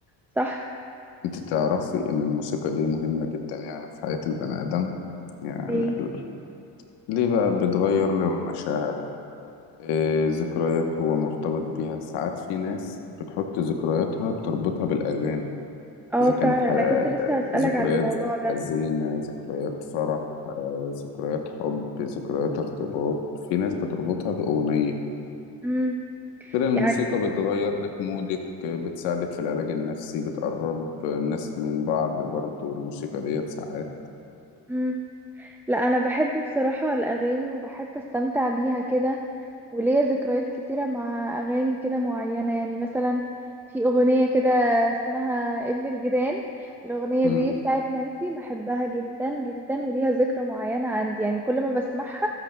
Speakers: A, in the centre; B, on the left.
A: صح
B: أنت تعرفي إن الموسيقى دي مهمة جدا يعني في حياة البني آدم يعني
A: ليه؟
B: ال- ليه بقى بتغير له المشاعر آه، ذكريات هو مرتبط بيها ساعات في ناس بتحط ذكرياتها بتربطها بالأغاني
A: اه
B: إذا
A: فعلا
B: كانت ح-
A: انا كنت لسه هسألك
B: ذكريات
A: عن الموضوع ده
B: حزينة ذكريات فرح آه، ذكريات حب ذكريات ارتباط في ناس بتربطها بأغنية
A: امم
B: غير إن الموسيقى
A: يعني
B: بتغير لك مودك آه، بتساعدك في العلاج النفسي بتقرب آه، الناس من بعض برضو الموسيقى ديت ساعات
A: امم لا انا بحب بصراحة الاغاني وبحب استمتع بيها كده وليا ذكريات كتيرة مع أغاني كده معينة يعني مثلا في أغنية كده اسمها ابن الجيران الأغنية
B: مم.
A: دي بتاعت نانسي بحبها جدا جدا وليها ذكرى معينة عندي يعني كل ما بسمعها